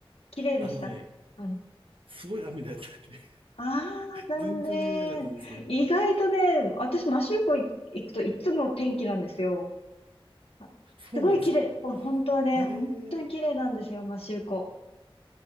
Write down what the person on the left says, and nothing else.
綺麗でしたうん。
ああ、残念。
意外とね、私、マシューコ行くといつも天気なんですよ。あすごい綺麗。
ほ本当はね、
本当に綺麗なんですよ、摩周湖。